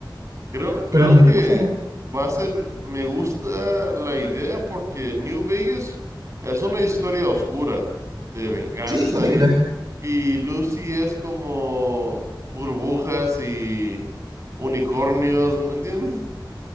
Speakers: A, on the right (about 40°); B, on the right (about 55°).
A: Creo, creo
B: con el necrófago.
A: que va a ser, me gusta la idea porque New Vegas es una historia oscura de venganza
B: Sí, terrible.
A: y, y Lucy es como burbujas y unicornios, ¿me entiendes?